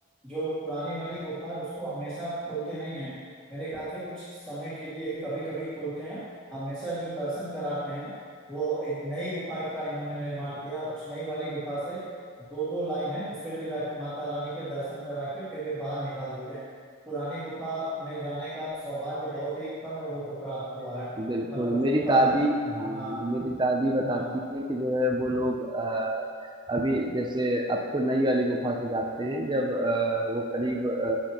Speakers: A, in the centre; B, on the right.
A: जो पुरानी वाली गुफा है उसको हमेशा खोलते नहीं है मेरे ख्याल से कुछ समय के लिए ही कभी कभी खोलते हैं हमेशा जो दर्शन कराते हैं वो एक नई गुफा का इन्होंने निर्माण किया उस नई वाली गुफा से दो दो लाइन है उससे ले जाकर माता रानी के दर्शन करा के फिर ये बाहर निकाल देते हैं पुरानी गुफा में जाने का सौभाग्य बहुत ही कम लोगों को प्राप्त हुआ है
B: बिल्कुल,
A: मतलब
B: मेरी
A: होता
B: दादी
A: है
B: हाँ,
A: हाँ
B: हाँ, मेरी दादी बताती
A: हाँ
B: हैं कि जो है वो लोग अ, अभी जैसे अब तो नई वाली गुफ़ा से जाते हैं जब अ, वो करीब अ,